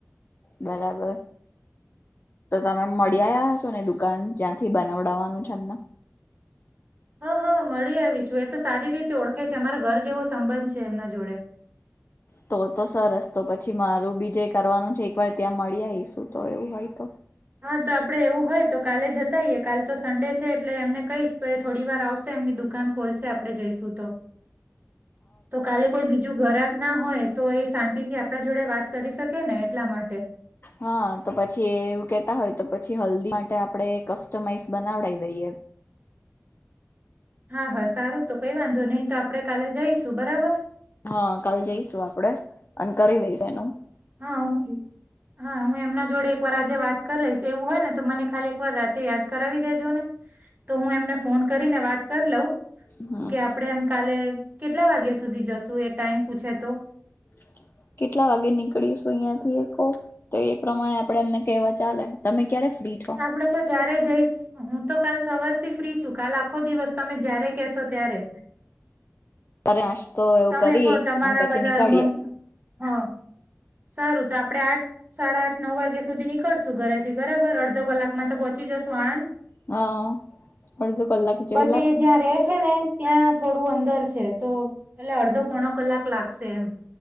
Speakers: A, on the left; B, on the right.
A: બરાબર તો તમે મળી આયા હશો, ને દુકાન જ્યાંથી બનાવડાવવાનું છે, એમને
B: હ, હ મળી આવી છુ. એ તો સારી રીતે ઓળખે છે અમારે ઘર જેવો સંબંધ છે, એમના જોડે
A: તો તો સરસ તો પછી મારુ બીજે કરવાનું છે. એકવાર ત્યાં મળી આવી શું તો એવુ હોય, તો
B: હા, તો આપડે એવું હોય તો કાલે જતા આઈએ કાલ તો સન્ડે છે એટલે એમને કહીશ તો એ થોડી વાર આવશે એમની દુકાન દુકાન ખોલશે આપડે, જઈશું તો તો કાલે કોઈ બીજું, ગરાક ના હોય, તો એ શાંતિ શાંતિથી, આપણા જોડે વાત કરી શકે ને એટલા માટે
A: હા, તો પછી એવું કેતા હોય તો પછી હલ્દી માટે આપણે કસ્ટમાઈઝ બનાવડાઈ દઈએ એ
B: હા, હા સારુ તો કઈ વાંધો નહી તો આપડે કાલે જઈશું બરાબર
A: હા, કાલ જઈશુ આપડે, અને કરી દઈશું એનું.
B: હા, હુ હા, હુ એમના જોડે એક વાર આજે વાત કર લઈશ, એવું હોય ને તો મને ખાલી એક વાર રાતે યાદ કરાવી દેજો ને. તો હુ એમને ફોન કરીને વાત કર લઉં,
A: હમ
B: કે આપડે એમ કાલે કેટલા વાગ્યા સુધી જશુ, એ ટાઈમ પૂછે તો?
A: <inaudible> કેટલા વાગે નીકળીશું અહિયાં થી કો તો એ પ્રમાણે આપડે એમને કેવા ચાલે, તમે ક્યારે ફ્રી છો
B: આપડે તો જયારે જઈશ હું હું તો કાલ સવારથી ફ્રી છું કાલ આખો દિવસ તમે જય્યારે કેશો ત્યારે.
A: <inaudible>
B: તમે
A: કરી
B: કહો તમારા
A: અને પછી
B: બધા
A: નીકળીએ.
B: મન હા. સારું તો આપણે આઠ સાડા આઠ નવ વાગ્યા સુધી નીકળશું ઘરેથી બરાબર અડધો કલાકમાં તો પહોંચી જશું આણંદ.
A: હ અડધો કલાક જેવું
B: બટ
A: લાગશે.
B: એ જ્યાં રહે છે ને ત્યાં થોડું અંદર છે તો એટલે અડધો પોણો કલાક લાગશે એમ.